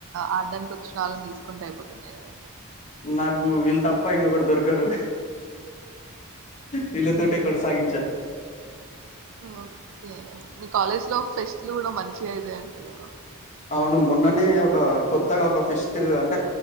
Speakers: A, on the right; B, on the left.
A: ఆడడానికి వచ్చిన వాళ్ళని తీసుకుంటే అయిపోతుండె కదా
B: నాకు వీళ్ళు తప్ప ఇంకొకడు దొరకరు వీళ్ళ తోటె కొనసాగించాలి
A: ఓకే మీ కాలేజ్లో ఫెస్ట్లు కూడా మంచిగా అయితాయంట కదా
B: అవును మొన్ననే ఒక కొత్తగా ఒక ఫెష్ట్ అంటే